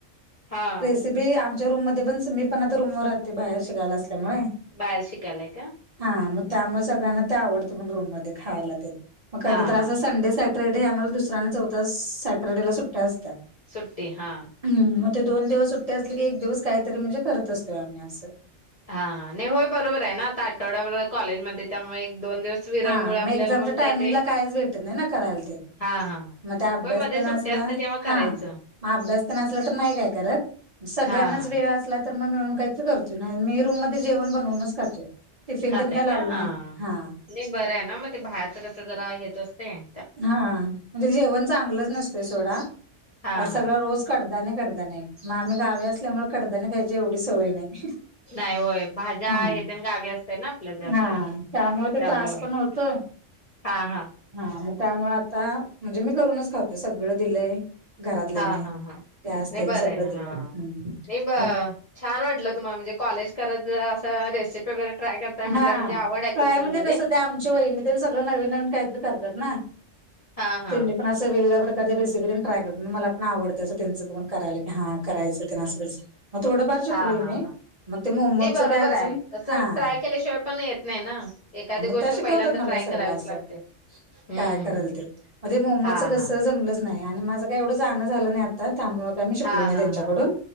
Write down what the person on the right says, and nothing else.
च बी आमच्या रूममध्ये पण मी पण आता रूमवर राहते बाहेर शिकायला असल्यामुळे.
हा मग त्यामुळं सगळ्यांना ते आवडतं पण रूममध्ये खायला तेन मग कधी
तर असं
संडे सा सॅटर्डे आम्हांला दुसऱ्या आणि चौथ्या सॅटरडे ला सुट्ट्या असत्या.
ह मग ते दोन दिवस सुट्टते असली की एक दिवस काहीतरी म्हणजे करत असतोय आम्ही असं.
हां
मग एक्झांमच्या
टायमिंगला
काहीच भेटत नाही ना करायला तेन.
मग ते अभ्यास
तेन
आसला,
हा. मग अभ्यास तेन असला तर नाही काय करत. सगळ्यांनाच
वेळ असला तर मग मिळून काहीतरी करतोय, नाही मी रूम मध्ये जेवण बनवूनच खातोय. टिफिन
तेन काय लावलं
नाहीत. हा.
हा म्हणजे जेवण चांगलंच नसतंय सोडा.
आसं सगळं
रोज कडधान्ये -कडदाने मग आम्हीं गावी असल्यामुळं कडधान्यं खायची एवढी सवय नाही.
हा
हा
त्यामुळे ते त्रास पण होतोय
हा मग त्यामुळे आता म्हणजे मी करूनच खातोय सगळं दिलंय घरातल्यानी
गॅस
तेन
सगळं
दिलंय.
मग
हा
ट्राय
म्हणजे
कसं त्या आमच्या वहिणी तेन सगळं नवीन नवीन काहीतरी करतात ना.
त्यांनी पण असं वेगवेगळ्या प्रकारची रेसिपी ट्राय करत मग मला पण आवडत असं त्यांचं बघून करायला की हा करायचं ते न असंं मग थोडंफार शिकलोय
मी
मग ते मोमोजचं
काय अजून,
हां.
त्या शिकवतात
मला
सगळं
असं
काय
करल ते मग ते मोमोच
कस
जमलच नाही आणि माझं काही एवढं जाण झालं नाही आता त्यामुळ शिकलो
नाही
त्यांच्याकडून